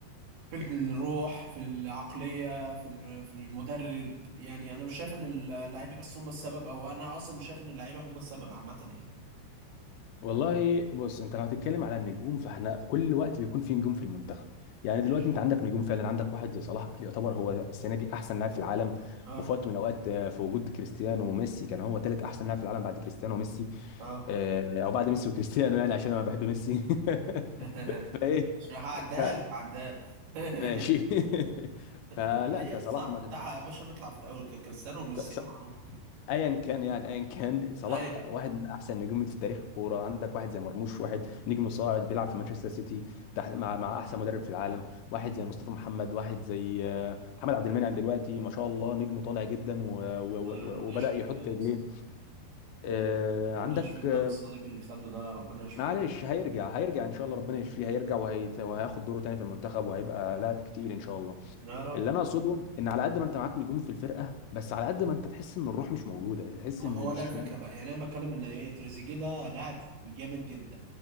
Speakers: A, on the right (about 70°); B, on the left (about 80°).
A: في الروح في العقلية في ال- في المدرب يعني انا مش شايف ان اللعيبة بس هم السبب او انا اصلا مش شايف ان اللعيبة هم السبب عامة يعني
B: والله بص انت لو هتتكلم على النجوم فاحنا كل وقت بيكون في نجوم في المنتخب يعني دلوقتي
A: ماشي
B: انت عندك نجوم فعلا عندك واحد زي صلاح يعتبر هو السنه دي احسن لاعب في العالم
A: اه
B: وفي وقت من الاوقات آه، في وجود كريستيانو وميسي كان هو ثالث احسن لاعب في العالم بعد كريستيانو وميسي
A: اه
B: آه، او بعد ميسي وكريستيانو يعني عشان انا بحب ميسي <laughs>
A: <laughs>
B: فايه
A: مش هعديها
B: ف-
A: لك هعديها لك <laughs>
B: ماشي <laughs> فلا
A: هي هي
B: انت
A: الصح
B: صلاح ما
A: بتاعها يا باشا بيطلع في الاول كريستيانو وميسي
B: تب...
A: يا معروف
B: ايا كان يعني ايا كان صلاح
A: ايوه
B: واحد من احسن نجوم في تاريخ الكوره عندك واحد زي مرموش واحد نجم صاعد بيلعب في مانشستر سيتي تحت مع مع احسن مدرب في العالم واحد
A: مم.
B: زي مصطفى محمد واحد زي آه، محمد عبد المنعم دلوقتي ما شاء الله نجم طالع جدا و... و...
A: الله
B: و...
A: الله
B: وبدأ
A: يشفيه
B: يحط
A: بقى
B: رجليه
A: يا اسطى
B: آه، عندك
A: الله يشفيه بقى
B: آه،
A: بالصليب اللي خده ده ربنا يشفيه
B: معلش هيرجع هيرجع ان شاء الله ربنا يشفيه هيرجع وهيت... وهياخد دوره تاني في المنتخب وهيبقى لاعب كتير ان شاء الله
A: يا رب
B: اللي انا اقصده ان على قد ما انت معاك نجوم في الفرقه بس على قد ما انت تحس ان الروح مش موجوده تحس
A: ما
B: ان
A: هو
B: مش
A: ده الفكره بقى يعني انا بتكلم ان ايه تريزيجيه ده لاعب جامد جدا